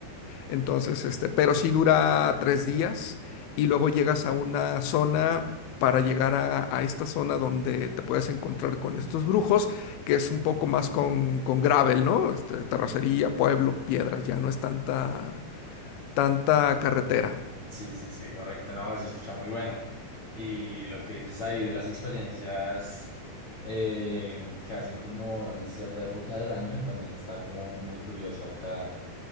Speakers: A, on the left (about 80°); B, on the left (about 65°).
A: entonces, este, pero sí dura tres días y luego llegas a una zona para llegar a, a esta zona donde te puedes encontrar con estos brujos, que es un poco más con, con gravel, ¿no? Este, terracería, pueblo, piedras, ya no es tanta, tanta carretera.
B: sí, sí, sí, correcto, no, se escucha muy bueno. Y lo que dices ahí de las experiencias eh, que hacen como en cierta época del año, también está como muy curioso acá.